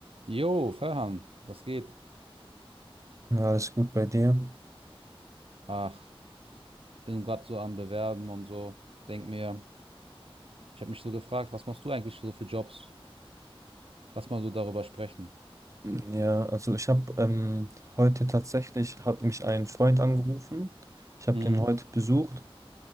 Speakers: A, on the right; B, on the right.
A: Jo, Ferhan, was geht?
B: Ja, alles gut bei dir.
A: Ach, bin gerade so am Bewerben und so. Denk mir, ich habe mich so gefragt, was machst du eigentlich so für Jobs? Lass mal so darüber sprechen.
B: Ja, also ich habe ähm, heute tatsächlich, hat mich ein Freund angerufen. Ich habe
A: Mhm.
B: den heute besucht.